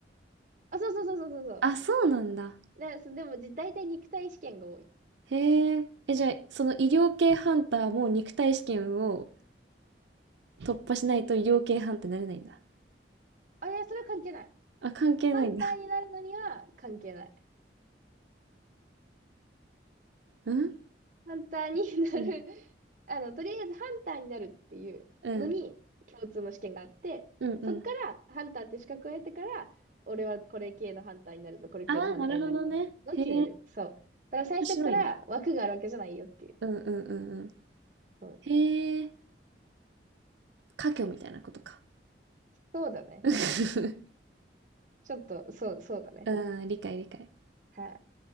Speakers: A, on the right (about 45°); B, on the right (about 90°).
A: あ、そうそうそうそうそうそう。
B: あ、そうなんだ。
A: で、そでも、じ大体肉体試験が多い。
B: へえ。え、じゃあ、その医療系ハンターも肉体試験を突破しないと医療系ハンターになれないんだ。
A: あれ、それは関係ない。
B: あ、関係ないんだ。
A: ハンターになるのには関係ない。
B: うん
A: ハンターになる
B: うん。
A: <laughs> あの、とりあえずハンターになるっていうのに共通の試験があって、
B: うん。うんうん。
A: そっからハンターって資格を得てから、俺はこれ系のハンターになるぞ、これ系のハンターになるぞ、
B: ああ、なるほどね。
A: みたいなのを決める。
B: へえ。
A: そう。だから最初から枠があるわけじゃないよっていう。
B: 面白いね。うんうんうんうん。
A: そう、
B: へえ、家業みたいなことか。
A: そうだね。
B: <laughs>
A: ちょっと、そう、そうだね。
B: うん、理解理解。
A: は